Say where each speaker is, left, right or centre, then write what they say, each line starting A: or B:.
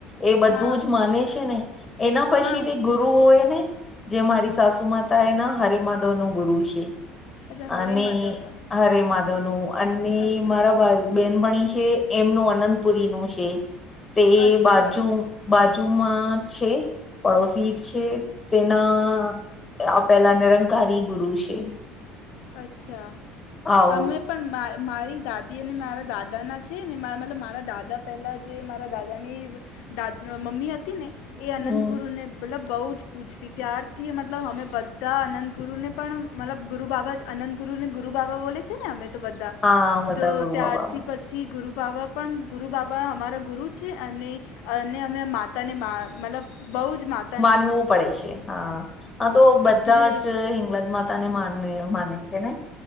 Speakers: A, on the left (about 20°); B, on the left (about 75°).
A: એ બધું
B: હા
A: જ માને છે ને એના પછીથી
B: હા
A: ગુ ગુરુ હોય ને, જે મારી સાસુ માતા એના હરેમાધવનું ગુરુ છે.
B: અચ્છા
A: અને
B: હરે માધવનો
A: હરેમાધવનું અને
B: અચ્છા
A: મારા બાઈ બેનપણી છે, એમનું અનંતપુરીનું છે તે
B: અચ્છા
A: બાજુ બાજુમાં છે, પડોશી જ છે. તેના આ પેલા નિરંકારી ગુરુ છે.
B: અચ્છા,
A: આવું
B: હમે પણ મા-મારી દાદી અને મારા દાદાના છેને, મા મતલબ મારા દાદા પહેલાં જે મારા દાદાની દાદ મમ્મી હતી ને એ
A: હમ
B: અનંતગુરુને મતલબ બઉ જ પૂજતી, ત્યારથી મતલબ હમે બધા અનંતગુરુને પણ મતલબ ગુરુ બાબા અનંતગુરુને ગુરુબાબા બોલે છે ને અમે તો બધા,
A: હા બધા
B: તો
A: ગુરુ
B: ત્યારથી
A: બાબા
B: પછી ગુરુબાબા પણ ગુરુ બાબા અમારા ગુરુ છે, અને અને અમે માતાને મા મતલબ બઉ જ મા
A: માનવું પડે છે હા, હન તો બધા
B: એટલે
A: જ હિંગલાજમા તાને માને માને છે ને.